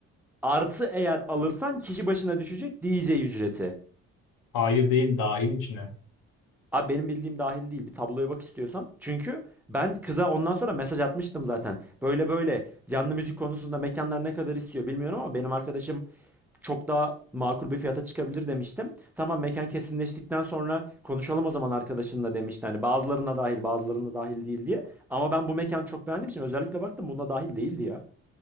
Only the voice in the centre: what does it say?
artı eğer alırsan kişi başına düşecek DJ ücreti.
Abi benim bildiğim dahil değil. Bir tabloya bak istiyorsan. Çünkü ben kıza ondan sonra mesaj atmıştım zaten. Böyle böyle canlı müzik konusunda mekanlar ne kadar istiyor bilmiyorum ama benim arkadaşım çok daha makul bir fiyata çıkabilir demiştim. Tamam mekan kesinleştikten sonra konuşalım o zaman arkadaşınla demişti. Hani bazılarına dahil bazılarına dahil değil diye. Ama ben bu mekanı çok beğendiğim için özellikle baktım buna dahil değildi ya.